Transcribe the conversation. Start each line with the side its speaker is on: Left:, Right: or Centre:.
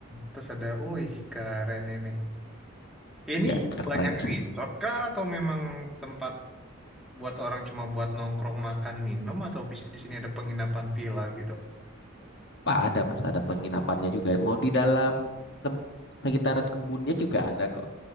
Centre: Terus ada, wih keren ini. Ini
Left: Ya keren
Centre: banyak
Left: sih.
Centre: resort kah atau memang tempat buat orang cuma buat nongkrong makan minum atau bis- di sini ada penginapan villa gitu?
Left: Wah, ada mas, ada penginapannya juga. Mau di dalam tem- sekitaran kebunnya juga ada kok.